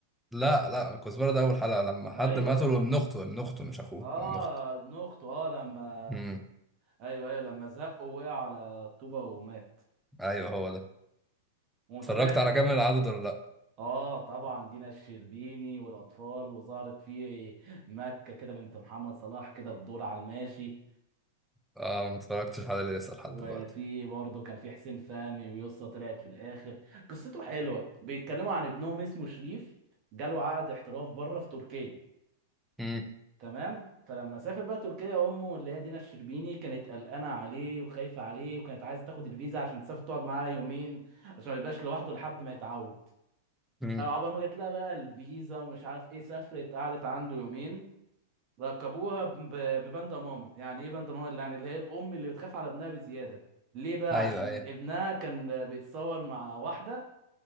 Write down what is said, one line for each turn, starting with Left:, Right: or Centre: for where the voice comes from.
Centre: لا لا الكزبرة ده اول حلقة لما حد
Right: ايوه
Centre: ما
Right: ده
Centre: قتله ابن اخته ابن اخته مش اخوه
Right: اه
Centre: ابن اخته
Right: ابن اخته اه لما
Centre: امم
Right: ايوه ايوه لما زق ووقع على الطوبه ومات
Centre: ايوه هو ده
Right: وتابعت
Centre: اتفرجت على
Right: برضه
Centre: كامل العدد ولا لا
Right: اه طبعا دينا الشربيني والاطفال وظهرت في مكه كده بنت محمد صلاح كده في دور على الماشي
Centre: اه ما اتفرجتش على اللي لسه لحد
Right: وفي
Centre: دلوقتي
Right: برضه كان في حسين فهمي ويسطا طلعت في الاخر قصته حلوه بيتكلموا عن ابنهم اسمه شريف جاله عقد احتراف بره في تركيا
Centre: امم
Right: تمام فلما سافر بقى تركيا امه اللي هي دينا الشربيني كانت قلقانه عليه وخايفه عليه وكانت عايزه تاخد الفيزا عشان تسافر تقعد معاه يومين عشان ما يبقاش لوحده لحد ما يتعود
Centre: امم
Right: فعقبال ما جت لها بقى الفيزا ومش عارف ايه سافرت قعدت عنده يومين ركبوها ب- ب- بباندا ماما يعني ايه باندا ماما يعني اللي هي الام اللي بتخاف على ابنها بزياده ليه بقى
Centre: ايوه
Right: عشان
Centre: ايوه
Right: ابنها كان بيتصور مع واحده